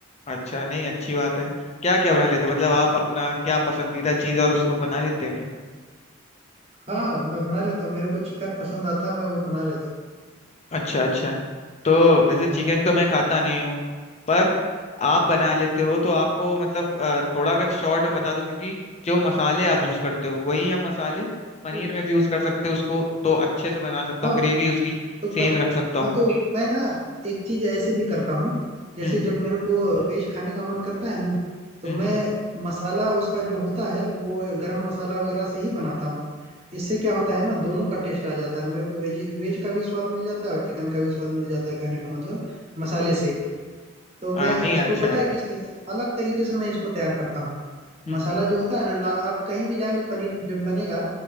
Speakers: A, on the left (about 30°); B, on the right (about 30°).
A: अच्छा नहीं अच्छी बात है क्या क्या बना लेते हैं मतलब आप
B: हूँ
A: अपना क्या पसंदीदा चीज़ है और उसको बना लेते हैं
B: हाँ मैं बना लेता हूँ मेरे को चिकन पसंद आता है मैं वो बना लेता
A: अच्छा अच्छा तो जैसे चिकन
B: हूँ हाँ
A: तो मैं खाता नहीं हूँ पर आप बना लेते हो तो आपको मतलब अ, थोड़ा अगर शॉर्ट में बता दो क्योंकि जो मसाले आप यूज करते हो वही हम मसाले पनीर
B: जी जी
A: में भी यूज कर सकते हो उसको तो अच्छे से बना सकता
B: हाँ
A: हूँ ग्रेवी उसकी
B: तो
A: सेम
B: प,
A: रख सकता हूँ
B: हाँ तो मैं ना एक चीज ऐसे भी करता हूँ जैसे
A: हम्म
B: जब मेरे को वेज खाने का मन करता है ना तो
A: हम्म
B: मैं मसाला उसका जो होता है वो गरम मसाला वगैरह से ही बनाता हूँ इससे क्या होता है ना दोनों का टेस्ट आ जाता है मेरे को वेज वेज का भी स्वाद मिल जाता है और चिकन का भी स्वाद मिल जाता है कहने का मतलब मसाले से तो मैं
A: हाँ नहीं
B: इसको
A: अच्छा
B: पता
A: है
B: है किस तरह से अलग तरीके से मैं इसको तैयार करता हूँ
A: हम्म
B: मसाला जो होता है ना ना आप कहीं भी जाएंगे पनीर जब बनेगा